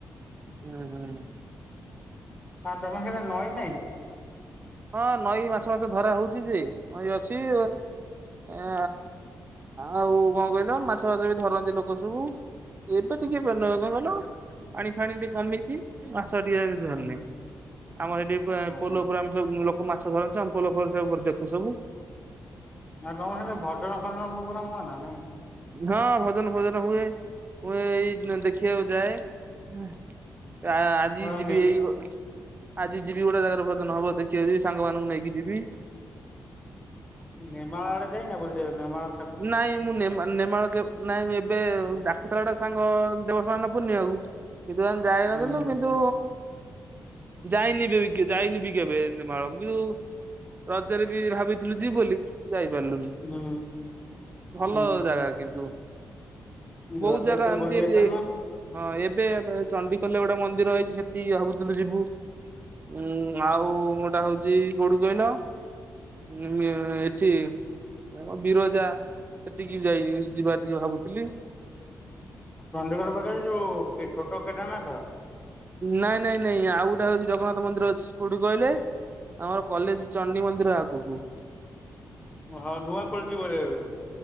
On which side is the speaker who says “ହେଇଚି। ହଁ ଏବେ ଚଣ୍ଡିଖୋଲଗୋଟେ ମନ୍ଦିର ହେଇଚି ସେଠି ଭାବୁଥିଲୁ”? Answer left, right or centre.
Right